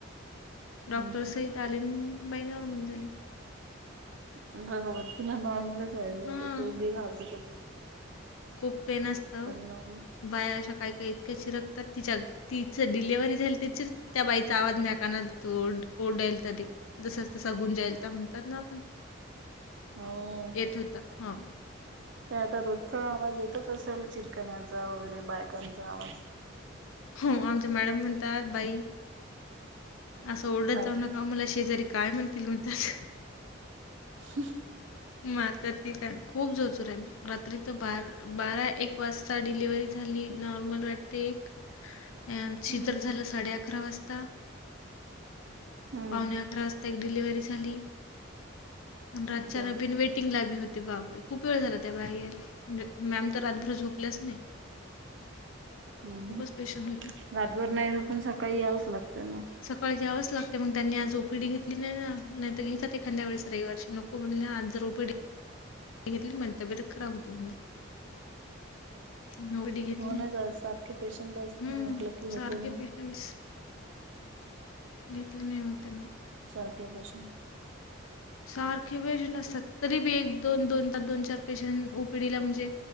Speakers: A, on the left (about 85°); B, on the right (about 65°).
A: डॉक्टरसहित
B: हम्म
A: आलेली बाई नॉमल झाली.
B: बबर तिला नॉर्मलच व्हायचं
A: हां,
B: होतं ते उगे घाबरत.
A: खूप पेन असत
B: नॉर्मल.
A: बाया अशा काही काही इतक्या चिरकतात तिच्या तिच डिलिव्हरी झाल ति त्या बाईचा आवाज मॅकाना तो ओढाल जसंच तसं गुंजाल तर म्हणतात ना आपण
B: हो.
A: येत होता हा.
B: ते आता रोजचा आवाज येतच असेल चिरकण्याचा वगैरे बायकांचा आवाज
A: हम्म, आमच मॅडम म्हणतात बाई. असं ओरढत
B: बायका
A: जाऊ नका मला शेजारी काय म्हणतील म्हणत्यात.
B: ह.
A: मारतात की काय खूप जोजोरला रात्री तर बार बारा एक वाजता डिलवर्हरी झाली नॉर्मल वाटते एक यांची
B: हम्म
A: तर
B: हम्म
A: झालं साडे अकरा वाजता.
B: हम्म
A: पावणे अकरा वाजता एक डिलिव्हरी झाली, आणि रातच्या
B: अच्छा
A: बीन वेट टिंग लागली होते बापरे खूप वेळ झाला त्या बाहेर मॅम तर रातभर झोप प्लस नाही.
B: हम्,
A: खूपच पेशंट होते
B: रातभर नाही झोपून सकाळी यावच लागते ना.
A: सकाळी घ्यावंच लागते मग त्यांनी आज ओपीडी घेतली नाही ना नाही तर घेतात एखाद्या वेळीस रविवार ची नको म्हट आज. जर. पु घेतली म्हण तब्येत खराब होते म्हणला नोबिटी घेतली
B: हो
A: नाही,
B: ना जा सारखे पेशंट असते
A: हम्म
B: म्हटलं की होते
A: सारखे
B: ना
A: पेशंट्स घेतले नाही म त्यांनी.
B: सारखे पेशंट.
A: सारखे पेशंट असतात. तरी भी एक, दोन, दोन, दोन, चार पेशंट ओ पी डी ला म्हणजे.